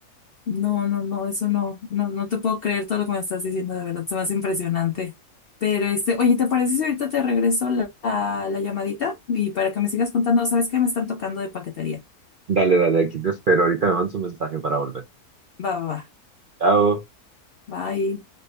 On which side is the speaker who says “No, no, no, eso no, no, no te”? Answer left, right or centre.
Left